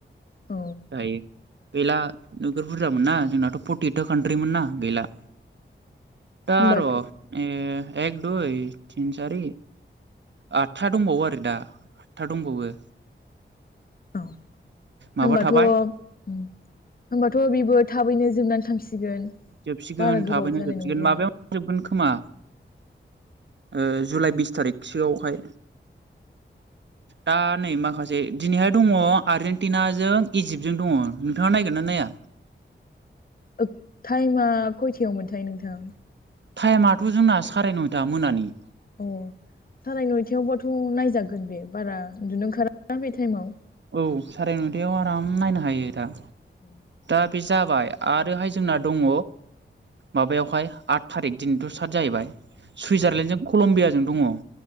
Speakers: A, on the left; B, on the right.
A: औ
B: दायो गैला नोगोर बुरजामोनना जोंनाथ' फर्टिएइदथा कान्ट्रिमोन ना गैला। दा
A: होनबाथ'
B: र' ए एक दुइ तिन चारि आठथा दंबावो आरो दा आठथा दंबावो।
A: औ
B: माबा
A: होनबाथ'
B: थाबाय
A: होनबाथ' बिबो थाबैनो जोबनानै थांसिगोन।
B: जोबसिगोन
A: बारा गोबाव
B: थाबैनो
A: जानाय
B: जोबसिगोन
A: नंलिया
B: माबायाव जोबगोन खोमा ओ जुलाइ बिस थारिखसोआवहाय दा नै मा माखासे दिनैहाय दङ आर्जेेनटिनाजों इजिप्टजों दङ। नोंथाङा नायगोन ना नाया?
A: ओ टाइमा खयथायाव मोनथाय नोंथां?
B: टाइमाथ' जोंना साराय नयथा मोनानि।
A: अ साराय नयथायावबाथ' नायजागोन बे बारा उन्दुनो ओंखारा‌ ना बे टाइमाव।
B: औ साराय नयथायाव आराम नायनो हायो दा।
A: उम
B: दा बे जाबाय आरोहाय जोंना दङ माबायावहाय आट थारिख दिनैथ' स्टार्ट जाहैबाय। सुइजारलेण्डजों कलम्बियाजों दङ।